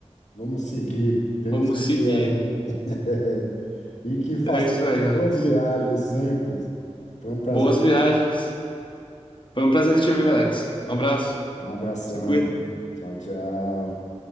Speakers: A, on the left; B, on the left.
A: vamos seguir. Temos
B: vamos
A: que
B: seguir.
A: ir aí. <laughs> E que façamos
B: É isso aí, Alex.
A: boas viagens sempre. Foi um prazer.
B: Boas viagens. Foi um prazer te ver, Alex. Um abraço.
A: Um abração.
B: Se cuida.
A: Tchau, tchau.